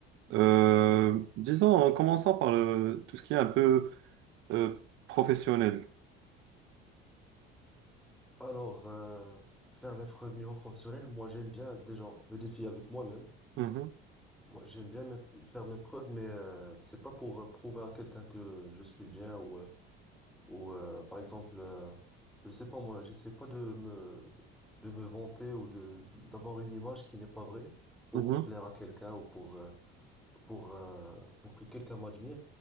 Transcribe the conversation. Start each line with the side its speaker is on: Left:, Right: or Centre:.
Right: Euh, disons en commençant par le- tout ce qui est un peu euh, professionnel.
Centre: Alors, euh, faire mes preuves niveau professionnel, moi j'aime bien déjà me défier avec moi-même.
Right: Mhm,
Centre: Moi, j'aime bien me- faire mes preuves, mais euh, c'est pas pour euh, prouver à quelqu'un que je suis bien ou euh, Ou euh, par exemple, euh, je sais pas moi, j'essaie pas de me de me vanter ou de d'avoir une image qui n'est pas vraie pour
Right: mhm,
Centre: plaire à quelqu'un ou pour euh, pour euh, pour que quelqu'un m'admire.